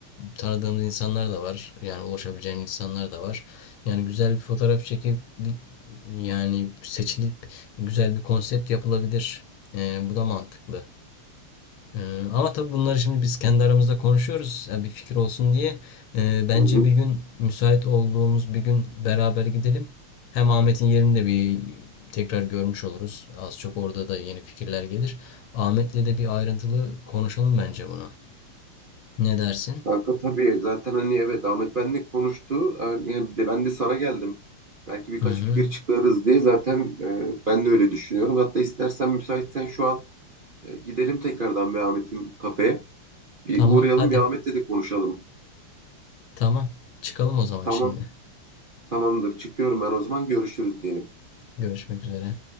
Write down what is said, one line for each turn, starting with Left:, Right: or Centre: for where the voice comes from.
Left: Tanıdığımız insanlar da var. Yani ulaşabileceğim insanlar da var. Yani güzel bir fotoğraf çekip yani seçilip güzel bir konsept yapılabilir. Ee, bu da mantıklı. Ee, ama tabii bunları şimdi biz kendi aramızda konuşuyoruz. ya bir fikir olsun diye. Ee, bence
Right: Hı hı.
Left: bir gün müsait olduğumuz bir gün beraber gidelim. Hem Ahmet'in yerini de bir tekrar görmüş oluruz. Az çok orada da yeni fikirler gelir. Ahmet'le de bir ayrıntılı konuşalım bence bunu. Ne dersin?
Right: Kanka tabii zaten hani evet Ahmet benle konuştu. Yani de- ben de sana geldim. Belki birkaç
Left: Hı hı.
Right: fikir çıkarız diye zaten e, ben de öyle düşünüyorum. Hatta istersen müsaitsen şu an e, gidelim tekrardan bir Ahmet'in kafeye. Bir
Left: Tamam,
Right: uğrayalım
Left: hadi.
Right: bir Ahmet'le de konuşalım.
Left: Tamam. Çıkalım o zaman
Right: Tamam
Left: şimdi.
Right: tamamdır çıkıyorum ben o zaman görüşürüz diyelim.
Left: Görüşmek üzere.